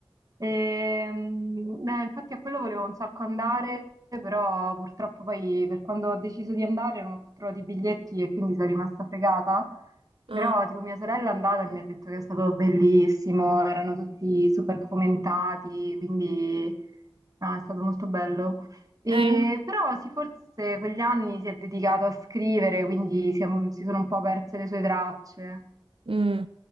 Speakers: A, on the right; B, on the right.
A: Ehm, eh, infatti a quello volevo un sacco andare, però purtroppo poi per quando ho deciso di andare non ho più trovato i biglietti e quindi sono rimasta fregata.
B: Ah,
A: Però tipo mia sorella è andata e mi ha detto che è stato bellissimo, erano tutti super fomentati, quindi no, è stato molto bello. E,
B: eh,
A: però sì, forse quegli anni si è dedicato a scrivere, quindi si è- si sono un po' perse le sue tracce.
B: mm.